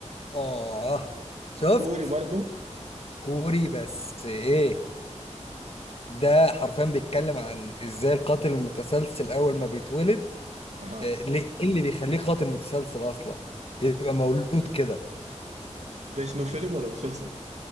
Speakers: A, on the left (about 50°); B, on the right (about 65°).
A: اه شفت
B: كوري برضو
A: كوري بس ايه ده حرفيا بيتكلم عن ازاي القاتل المتسلسل اول ما بيتولد
B: اها
A: آه ليه إيه اللي بيخليه قاتل متسلسل اصلا يبقى مولود كده
B: ده شنو فيلم ولا مسلسل